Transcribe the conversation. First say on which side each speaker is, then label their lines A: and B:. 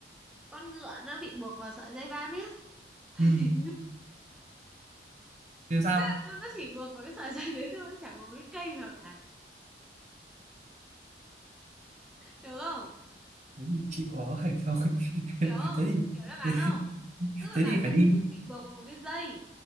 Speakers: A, in the centre; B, on the right.
A: con ngựa nó bị buộc vào sợi dây 3 mét <laughs>
B: ừ
A: Thì
B: thế sao
A: nó nó chỉ buộc vào cái sợi dây đấy thôi nó chả buộc vào cái cây nào cả hiểu không
B: thế thì chịu ở thôi <laughs>
A: hiểu không
B: thế thì
A: hiểu đáp án
B: thế,
A: không tức là
B: thế
A: bản
B: thì
A: thân
B: phải đi
A: nó vẫn bị buộc vào một cái dây